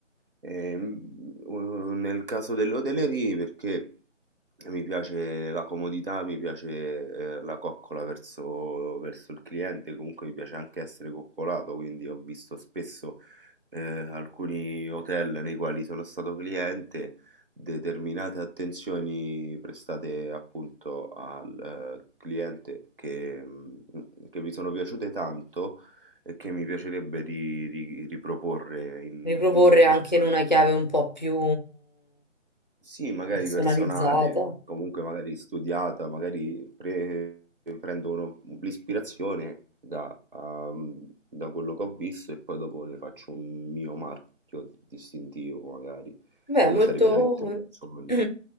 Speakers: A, on the right (about 45°); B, on the left (about 40°).
A: Ehm, u- nel caso dell'hotellerie perché mi piace la comodità, mi piace eh, la coccola verso, verso il cliente, comunque mi piace anche essere coccolato, quindi ho visto spesso eh, alcuni hotel nei quali sono stato cliente, determinate attenzioni prestate appunto al eh, cliente che, mm, che mi sono piaciute tanto e che mi piacerebbe ri ri riproporre in
B: Riproporre
A: un'eventuale
B: anche in una chiave un po' più
A: sì, magari
B: personalizzata.
A: personale, comunque magari studiata, magari pre prendo uno l'ispirazione da uhm, da quello che ho visto e poi dopo ne faccio un mio marchio distintivo magari.
B: Beh,
A: Quello
B: è molto...
A: sarebbe veramente un sogno.
B: <clears throat>